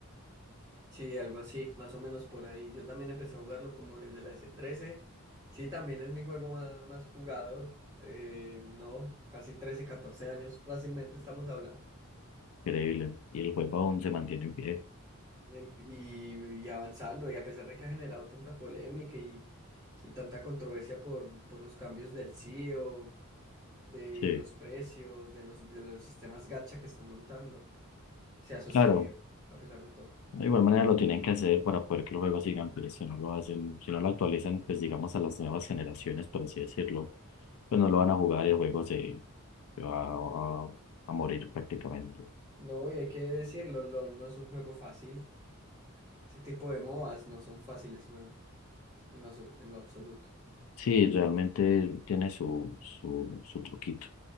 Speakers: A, on the right; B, on the left.
A: Sí, algo así, más o menos por ahí. Yo también empecé a jugarlo como desde la s trece Sí, también es mi juego ma- más, jugado. Eh, no, casi 13 14 años fácilmente estamos hablando.
B: Increíble. Y el juego aún se mantiene en pie.
A: em- y, y avanzando, y a pesar de que ha generado tanta polémica y, y tanta controversia por, por los cambios del CEO, de
B: Sí.
A: los precios, de los, de los sistemas gacha que están montando, se ha sostenido,
B: Claro,
A: a pesar de todo.
B: De igual manera lo tienen que hacer para poder que los juegos sigan, pero si no lo hacen, si no lo actualizan, pues digamos a las nuevas generaciones, por así decirlo, pues no lo van a jugar y el juego se, se va a, a- morir prácticamente.
A: No, y hay que decirlo, LOL no es un juego fácil. Ese tipo de MOBAs no son fáciles, weón, en lo, abso- en lo absoluto.
B: Sí, realmente tiene su, su, su truquito,